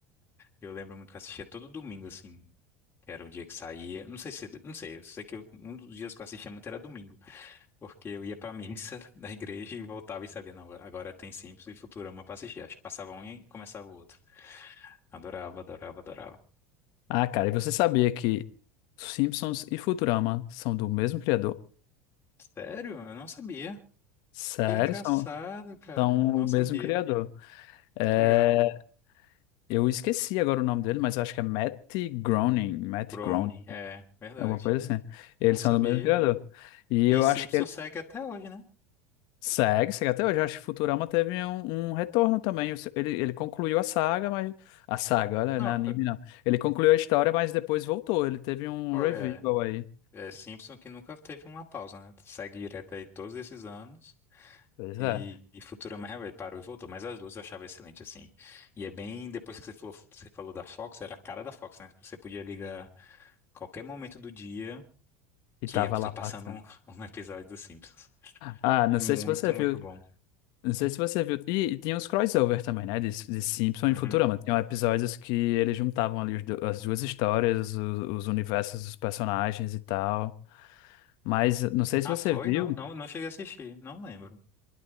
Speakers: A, on the left; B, on the left.
A: Eu lembro muito que eu assistia todo domingo, assim, que era o dia que saía. Não sei se, não sei, eu sei que eu- um dos dias que eu assistia muito era domingo, porque eu ia pra missa <laughs> da igreja e voltava e sabia, não, agora tem Simpsons e Futurama pra assistir. Acho que passava um e começava o outro. Adorava, adorava, adorava.
B: Ah, cara, e você sabia que Simpsons e Futurama são do mesmo criador?
A: Sério? Eu não sabia.
B: Sério,
A: Que engraçado,
B: são,
A: cara.
B: são
A: Não
B: o mesmo
A: sabia.
B: criador. É,
A: Que legal.
B: Eu esqueci agora o nome dele, mas acho que é Matt Groening, Matt
A: Brownie,
B: Groening,
A: é, verdade.
B: alguma coisa assim. Eles
A: Não
B: são
A: sabia.
B: do mesmo criador. E eu
A: E Simpson
B: acho que ele
A: segue até hoje, né?
B: segue, segue até hoje. Eu acho que Futurama teve um, um retorno também. O se- Ele, ele concluiu a saga, mas. A saga, olha,
A: Não,
B: não é anime
A: eu-
B: não. Ele concluiu a história, mas depois voltou. Ele teve um
A: oh,
B: revival
A: é.
B: aí.
A: É Simpson que nunca teve uma pausa, né? Segue direto aí todos esses anos.
B: Pois
A: E,
B: é.
A: e Futurama realmente parou e voltou. Mas as duas eu achava excelente, assim. E é bem. Depois que você falou, você falou da Fox, era a cara da Fox, né? Você podia ligar qualquer momento do dia
B: E
A: que
B: tava
A: ia estar
B: lá passando.
A: passando um, <laughs> um episódio dos Simpsons.
B: Ah, não
A: Muito,
B: sei se você viu.
A: muito bom.
B: Não sei se você viu. E, e tinha os crossover também, né? De, de Simpsons
A: Uhum.
B: e Futurama. Tinham episódios que eles juntavam ali os do- as duas histórias, o- os, universos dos personagens e tal. Mas não sei se
A: Ah,
B: você
A: foi?
B: viu.
A: Não, não, não cheguei a assistir. Não lembro.